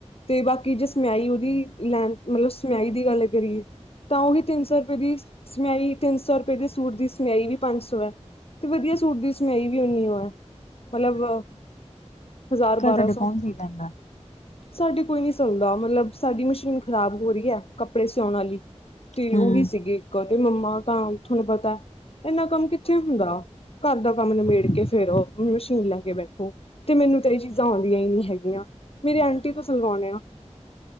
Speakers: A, on the left; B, on the left.
A: ਤੇ ਬਾਕੀ ਜੇ ਸਮਿਆਈ ਉਹਦੀ ਲੈਂ, ਮਤਲਬ ਸਮਿਆਈ ਦੀ ਗੱਲ ਕਰੀਏ ਤਾਂ ਉਹੀ ਤਿੰਨ ਸੌ ਰੁਪ ਏ ਦੀ ਸਮਿਆਈ ਤਿੰਨ ਸੌ ਰੁਪਏ ਦੇ ਸੂਟ ਦੀ ਸਮਿਆਈ ਵੀ ਪੰਜ ਸੌ ਹੈ, ਤੇ ਵਧੀਆ ਸੂਟ ਦੀ ਮੈਂ ਵੀ ਹੋਨੀ ਏ, ਮਤਲਬ ਹਜ਼ਾਰ
B: ਕਪੜੇ
A: ਬਾਰਾਂ
B: ਤੁਹਾਡੇ
A: ਸੌ
B: ਕੌਣ ਸੀ ਲੈਂਦਾ?
A: ਸਾਡੇ ਕੋਈ ਨੀ ਸਿਲਦਾ ਮਤਲਬ, ਸਾਡੀ ਮਸ਼ੀਨ ਖ਼ਰਾਬ ਹੋ ਰਹੀ ਹੈ। ਕੱਪੜੇ ਸਿਿਆਉਣ ਵਾਲੀ, ਤੇ
B: ਹਮ
A: ਉਹੀ ਸੀਗੀ ਇੱਕ ਤੇ ਮੰਮਾ ਤਾਂ ਤੁਹਾਨੂੰ ਪਤਾ ਇਨਾ ਕੰਮ ਕਿੱਥੇ ਹੁੰਦਾ, ਘਰ ਦਾ ਕੰਮ ਨਿਬੇੜ ਕੇ ਫੇਰ ਉਹ ਮਸ਼ੀਨ ਲੈ ਕੇ ਬੈਠੋ ਤੇ ਮੈਨੂੰ ਤਾਂ ਇਹ ਚੀਜ਼ਾਂ ਆਉਂਦੀਆਂ ਹੀ ਨਹੀਂੀ ਹੈਗੀਆਂ, ਮੇਰੇ ਆਂਟੀ ਤੋਂ ਸਲਵਾਉਣੇ ਆ